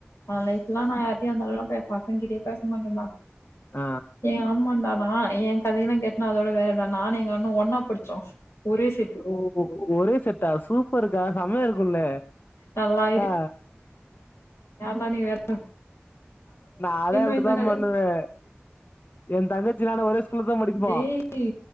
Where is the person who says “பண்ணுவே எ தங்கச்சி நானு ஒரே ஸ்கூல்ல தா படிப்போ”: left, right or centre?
Left